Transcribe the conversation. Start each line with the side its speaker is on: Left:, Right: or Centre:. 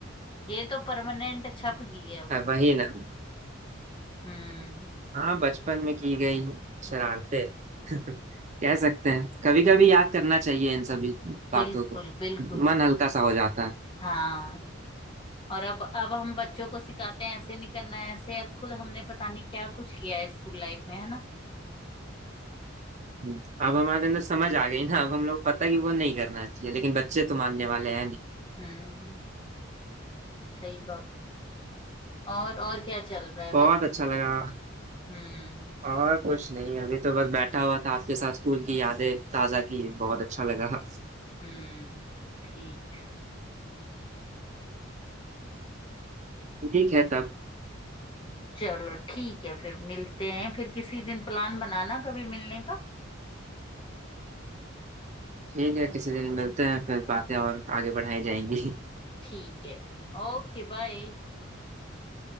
Left: ये तो परमानेंट छप गई है अब
Right: अब वही ना
Left: हम्म
Right: हाँ बचपन में की गई शरारते <laughs> कह सकते हैं कभी कभी याद करना चाहिए इन सभी बातों
Left: बिल्कुल
Right: को
Left: बिल्कुल
Right: मन हल्का सा हो जाता है
Left: हाँ और अब अब हम बच्चों को सिखाते हैं ऐसे नहीं करना है ऐसे यार खुद हमने पता नहीं क्या कुछ किया है स्कूल लाइफ में है ना
Right: हम्म, अब हमारे अंदर समझ आ गई ना अब हम लोग पता कि वो नहीं करना चाहिए लेकिन बच्चे तो मानने वाले हैं नहीं
Left: हम्म सही बात और और क्या चल रहा है
Right: बहुत
Left: बस
Right: अच्छा लगा
Left: हम्म
Right: और कुछ नहीं अभी तो बस बैठा हुआ था आपके साथ स्कूल की यादें ताजा की बहुत अच्छा लगा
Left: हम्म ठीक
Right: ठीक है तब
Left: चलो ठीक है फिर मिलते हैं फिर किसी दिन प्लान बनाना कभी मिलने का
Right: ठीक है किसी दिन मिलते हैं फिर बातें और आगे बढ़ाई जाएंगी
Left: ठीक है फिर Okay bye